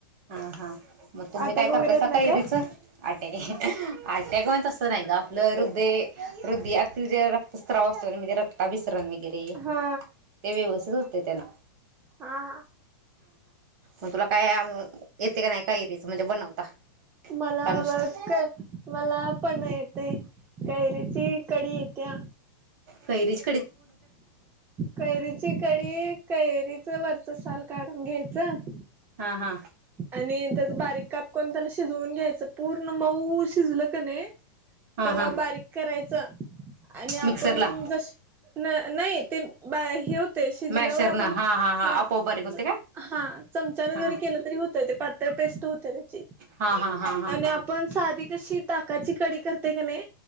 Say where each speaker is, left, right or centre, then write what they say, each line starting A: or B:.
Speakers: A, on the right; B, on the right.
A: हा हा मग तुम्ही
B: अटॅक
A: काय
B: वगैरे
A: करतासा
B: येत नाही
A: कैरीच
B: काय
A: <unintelligible> टॅक अटॅक म्हण तसं नाही गं आपलं हृदय हृदयातील जे रक्तस्त्राव असतो <unintelligible> म्हणजे रक्ताभिस् त्रण वगैरे
B: हा
A: ते व्यवस् <unintelligible> तेन
B: हा हा.
A: मग तुला काय <unintelligible> येतय कनाय कैरीच म <unintelligible> बनवता
B: मला
A: का नुसतं
B: बग कै मला पण येतय कैरीची कडी येत्या.
A: कैरीच
B: कैरीची कडी कैरी च वरच साल काढून घ्यायचं.
A: हा हा
B: आणि त्येज बारीक काप कोण त्याला शिजवून घ्यायचं. पूर्ण मऊ शिजलं कणी
A: हा
B: त्याला
A: हा
B: बारीक करायचं आणि आपण
A: मिक्सरला
B: जश न नई ते बा हे होतय शिजल्यावर,
A: मॅशरन
B: आपण
A: हा
B: हा
A: आपोआप बारीक होते
B: च
A: काय?
B: हा चमच्यान
A: हा
B: जरी केलं तरी होतंय ते पातळ पेस्ट हुत्या त्याची
A: हा हा हा हा
B: आणि आपण साधी कशी ताकाची कडी करतय कणी,